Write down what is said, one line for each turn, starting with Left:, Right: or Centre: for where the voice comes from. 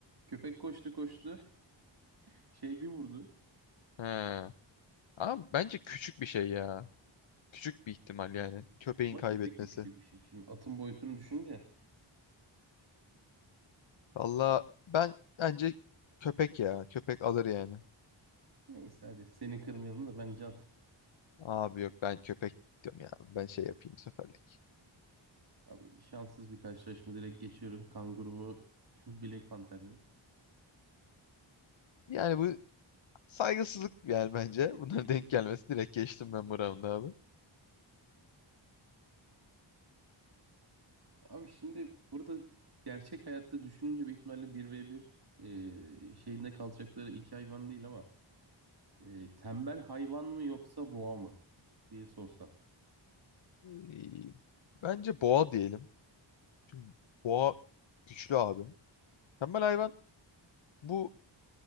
Right: Köpek koştu koştu. <laughs> Şey bir vurdu.
Left: He. Ama bence küçük bir şey ya. Küçük bir ihtimal yani. Köpeğin
Right: Ama
Left: kaybetmesi.
Right: köpek de küçük bir şey. Şimdi atın boyutunu düşünce.
Left: Valla ben bence köpek ya. Köpek alır yani.
Right: Neyse hadi seni kırmayalım da bence
Left: Abi yok ben köpek diyorum ya. Ben şey yapayım bu seferlik.
Right: Abi şanssız bir karşılaşma direkt geçiyorum. Kanguru mu, <laughs> Black Panther mi?
Left: Yani bu saygısızlık yani bence. <laughs>
Right: <laughs>
Left: Bunlara denk gelmesi direkt geçtim ben bu round'u abi.
Right: Abi şimdi burada gerçek hayatta düşününce büyük ihtimalle bir ve bir e, şeyinde kalacakları iki hayvan değil ama e, tembel hayvan mı yoksa boğa mı diye sorsam.
Left: Ee, Bence boğa diyelim. Çünkü boğa güçlü abi. Tembel hayvan bu